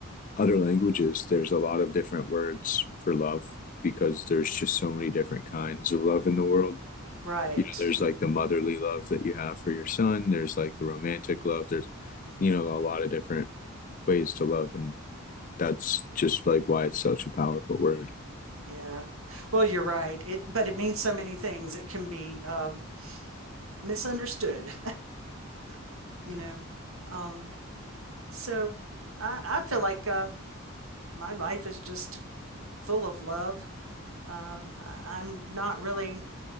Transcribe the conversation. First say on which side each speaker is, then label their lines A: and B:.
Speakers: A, on the left; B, on the right.
A: other languages there's a lot of different words for love because there's just so many different kinds of love in the world.
B: right.
A: you know there's like the motherly love that you have for your son there's like the romantic love there's you know a lot of different ways to love and that's just like why it's such a powerful word
B: Yeah. Well, you're right. It, but it means so many things. It can be um, misunderstood, <laughs> you know. Um, so I, I feel like uh, my life is just full of love. Uh, I- I'm not really